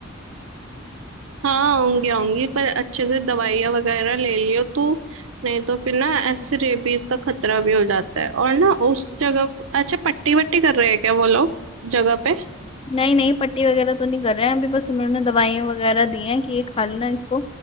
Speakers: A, on the right; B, on the left.
A: हाँ होंगी होंगी पर अच्छे से दवाइयाँ वगैरह ले लियो तो नहीं तो फिर ना ऐसे रेबीज का खतरा भी हो जाता है और ना उस जगह को- अच्छा पट्टी वट्टी कर रहे हैं क्या वो लोग जगह पे
B: नहीं नहीं पट्टी वगैरह तो नहीं कर रहे हैं अभी बस उन्होंने दवाइयाँ वगैरह दी हैं कि ये खा लेना इसको